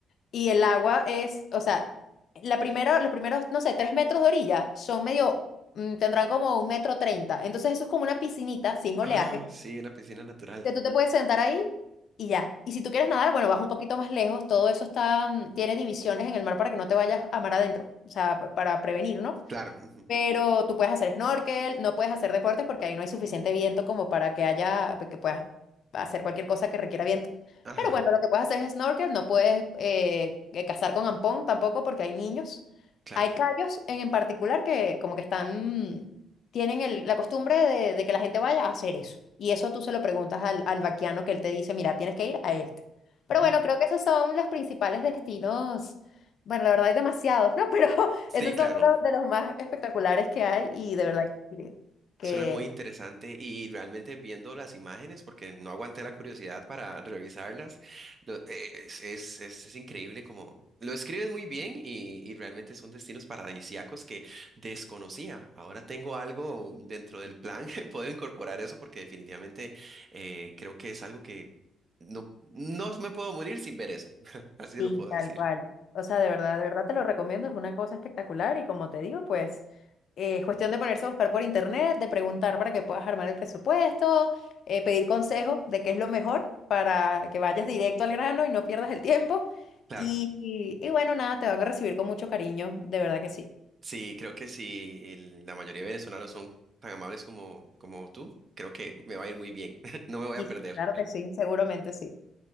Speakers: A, on the left; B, on the right.
A: Y el agua es, o sea, la primera, los primeros, no sé, tres metros de orilla son medio, mm, tendrán como un metro treinta. Entonces eso es como una piscinita sin
B: Ah,
A: oleaje,
B: sí, una piscina natural.
A: que tú te puedes sentar ahí y ya. Y si tú quieres nadar, bueno, vas un poquito más lejos. Todo eso está, mm, tiene divisiones en el mar para que no te vayas a mar adentro, o sea, pa- para prevenir, ¿no?
B: Claro. ujú.
A: Pero tú puedes hacer snorkel, no puedes hacer deportes porque ahí no hay suficiente viento como para que haya, que puedas hacer cualquier cosa que requiera viento.
B: Ajá,
A: Pero bueno, lo que puedes hacer es snorkel, no puedes eh, eh, cazar con ampón tampoco porque hay niños.
B: claro.
A: Hay callos en, en particular que como que están, tienen el- la costumbre de, de que la gente vaya a hacer eso. Y eso tú se lo preguntas al, al vaquiano que él te dice, mira, tienes que ir a este. Pero
B: Ujú.
A: bueno, creo que esos son los principales destinos. Bueno, la verdad hay demasiados, ¿no? <laughs> Pero
B: Sí,
A: esos
B: claro.
A: son uno de los más espectaculares que hay y de verdad que, que
B: Suena muy interesante y realmente viendo las imágenes, porque no aguanté la curiosidad para revisarlas, lo- eh, es, es, es- es increíble como lo escribes muy bien y, y realmente son destinos paradisíacos que desconocía. Ahora tengo algo dentro del plan <laughs> que puedo incorporar eso porque definitivamente eh, creo que es algo que no, no me puedo morir sin ver eso, <laughs> así
A: sí,
B: lo puedo
A: tal
B: decir.
A: cual. O sea, de verdad, de verdad te lo recomiendo, es una cosa espectacular y como te digo, pues eh, es cuestión de ponerse a buscar por internet, de preguntar para que puedas armar el presupuesto, eh, pedir consejo de qué es lo mejor para que vayas directo al grano y no pierdas el tiempo.
B: Claro.
A: Y, y bueno, nada, te van a recibir con mucho cariño, de verdad que sí.
B: Sí, creo que si el- la mayoría de venezolanos son tan amables como, como tú, creo que me va a ir muy bien. <laughs> No me voy
A: Y
B: a perder.
A: sí, claro que sí, seguramente sí.